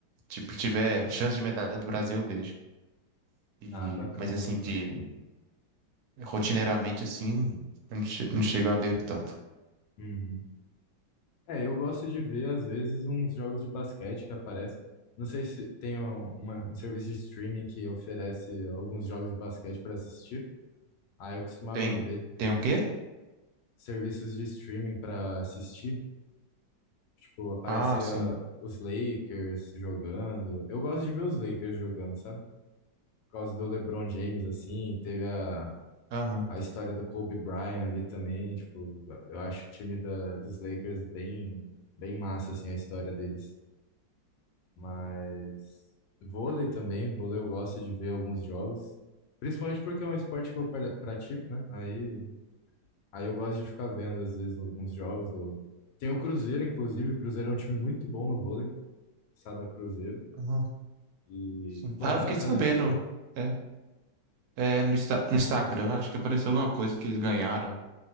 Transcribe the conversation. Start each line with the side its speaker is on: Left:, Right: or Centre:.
Right: tipo, que tiver chance de medalha do Brasil, eu vejo. E,
Left: Ah, bacana,
Right: mas assim,
Left: bacana.
Right: de rotineiramente assim, eu não, che- não chego a ver tanto.
Left: Uhum. É, eu gosto de ver, às vezes, uns jogos de basquete que aparecem. Não sei se tem um, uma- um serviço de streaming que oferece alguns jogos de basquete para assistir. Aí eu costumava
Right: Tem,
Left: ver
Right: tem o quê?
Left: serviços de streaming para assistir. Tipo, aparecia
Right: Ah, sim.
Left: os Lakers jogando. Eu gosto de ver os Lakers jogando, sabe? Por causa do LeBron James, assim, teve a
Right: Aham.
Left: A história do Kobe Bryant ali também, tipo, eu acho o time da, dos Lakers bem, bem massa, assim, a história deles. Mas vôlei também, vôlei eu gosto de ver alguns jogos, principalmente porque é um esporte que eu pra- pratico, né? Aí, aí eu gosto de ficar vendo, às vezes, alguns jogos do... Tem o Cruzeiro, inclusive, o Cruzeiro é um time muito bom no vôlei, Sada Cruzeiro,
Right: aham,
Left: e,
Right: sim.
Left: pô,
Right: Ah,
Left: é
Right: eu
Left: bacana
Right: fiquei sabendo.
Left: assistir.
Right: É, é, no, Insta- no Instagram, acho que apareceu alguma coisa que eles ganharam,